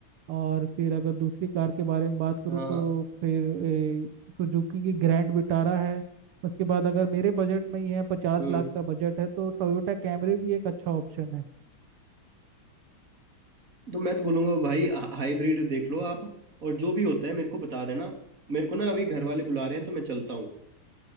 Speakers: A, on the right (about 80°); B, on the right (about 40°).
A: और फिर अगर दूसरी कार के बारे में बात करूँ
B: हाँ
A: तो
B: हाँ,
A: फिर सुजुकी की ग्रैंड विटारा है उसके बाद अगर मेरे बजट में ही है पचास
B: हम्म
A: लाख का बजट है तो टोयोटा कैमरी भी एक अच्छा ऑप्शन है
B: तो मैं तो बोलूंगा भाई हाइब्रिड देख लो आप और जो भी होता है मेरे को बता देना मेरे को ना अभी घर वाले बुला रहे हैं तो मैं चलता हूँ